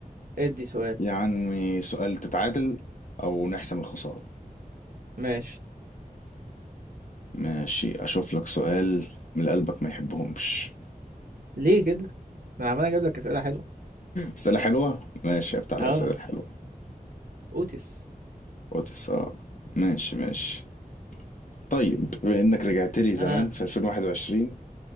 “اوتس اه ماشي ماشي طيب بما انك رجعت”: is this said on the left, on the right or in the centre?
Left